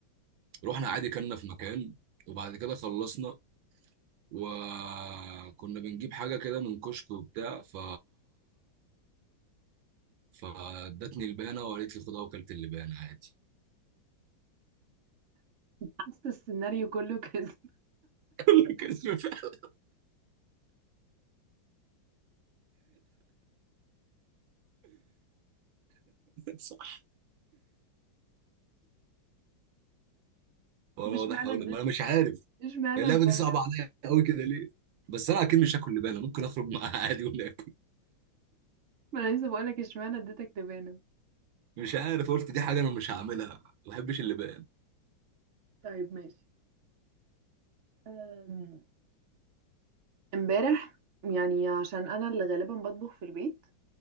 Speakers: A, on the right; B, on the right.
A: رحنا عادي كلنا في مكان وبعد كده خلصنا وكنا بنجيب حاجه كده من كشك وبتاع ف فادتني البانه وقالت لي خدها وكلت اللبانه عادي
B: حاسة السيناريو كله كذب
A: <laughs> كان في فعلا صح
B: <laughs>
A: وانا
B: طب اشمعنى
A: واضح أقول-
B: اديت
A: ما انا مش عارف
B: اشمعنى
A: اللعبه
B: البانة
A: دي صعبه عليا قوي كده ليه بس انا اكيد مش هاكل لبانه ممكن اخرج معاها <laughs> عادي ولا اكل
B: ما انا لسه بقولك اشمعنى اديتك تبانة
A: مش عارف قلت دي حاجه انا مش هعملها ما بحبش اللبان
B: طيب ماشي أم، امبارح يعني عشان انا اللي غالبا بطبخ في البيت